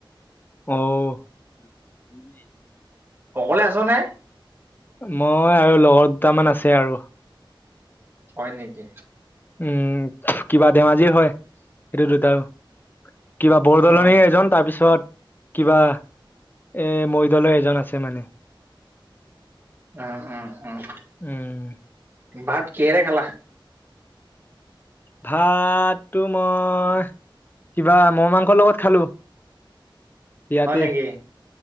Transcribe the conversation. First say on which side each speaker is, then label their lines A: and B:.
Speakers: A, on the left; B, on the right.
A: অ', <inaudible>
B: অকলে আছ নে?
A: মই আৰু লগৰ দুটামান আছে আৰু।
B: হয় নেকি?
A: উম, কিবা ধেমাজিৰ হয় এইটো দুটাও। কিবা বৰদলনি
B: অ'
A: এজন তাৰপিছত কিবা এ মৰিদলে এজন আছে মানে।
B: অ', অ', অ',
A: উম
B: ভাত কিহেৰে খালা?
A: ভাততো মই কিবা মৌ মাংসৰ লগত খালোঁ। <inaudible> ইয়াতে
B: হয় নেকি?